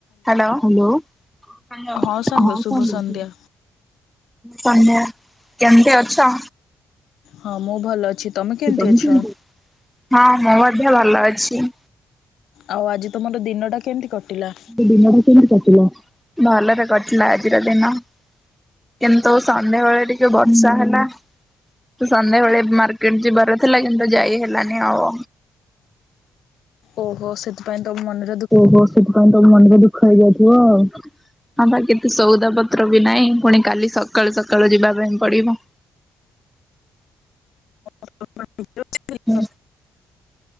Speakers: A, in the centre; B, on the left (about 80°).
A: Hello hello hello ହିଁ
B: ହଁ ସାଙ୍ଗ ଶୁଭ
A: କୁହନ୍ତୁ।
B: ସନ୍ଧ୍ୟା।
A: ତମେ କେମତି ଅଛ।
B: ହଁ ମୁଁ ଭଲ ଅଛି କେମିତି
A: ତମେ
B: ଅଛ?
A: କେମତି ହଁ ମୁଁ ମଧ୍ୟ ଭଲ ଅଛି।
B: ଆଉ ଆଜି ତୁମର ଦିନଟା କେମିତି କଟିଲା।
A: ଦିନ କେମିତି କଟିଲ ଭଲରେ କଟିଲା ଆଜିର ଦିନ। କିନ୍ତୁ ସନ୍ଧ୍ୟାବେଳେ ଟିକେ ବର୍ଷା ହେଲା। ସନ୍ଧ୍ୟାବେେଳେ ମାର୍କେଟ ଯିବାର ଥିଲା କିନ୍ତୁ ଯାଇ ହେଲାନି ଆଉ।
B: ଓହୋ ସେଥିପାଇଁ ତ ମନ
A: ଓ ହୋ ସେଥିପାଇଁ ତମ ମନରେ ଦୁଃଖ ହେଇଯାଇଥିବ ଆଉ। ହଁ ବା କେତେ ସଉଦା ପତ୍ର ବି ନାହିଁ ପୁଣି କାଲି ସକାଳୁ ସକାଳୁ ଯିବା ପାଇଁ ପଡିବ।
B: <inaudible>
A: ହୁଁ।